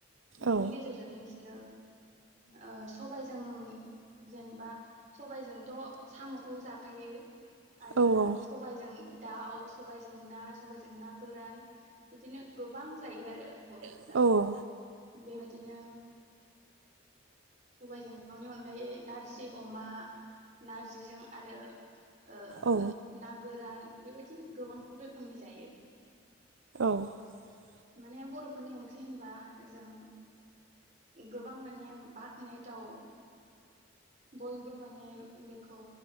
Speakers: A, on the right (about 35°); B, on the right (about 75°).
A: बेनि
B: औ
A: गेजेरजोंनो बिसोरो ओ सबायजों जेनेबा सबायजोंथ' साम'खौ जाखायो आ
B: आरो
A: सबायजों दाउ सबायजों ना सबायजों ना गोरान बिदिनो गो- बां जायो आरो बर'फोरा
B: सबायजों
A: बेबायदिनो सबायजों दाउनि अनगायै नारजि अमा नारजिजों आरो ओ
B: औ
A: ना गोरान बेबायदिनो गोबां रोखोमनि जायो
B: <unintelligible>
A: माने बर' फोरनि ओंख्रि होनबा जों गोबां माने बाख्नायथाव बयबो माने बेखौ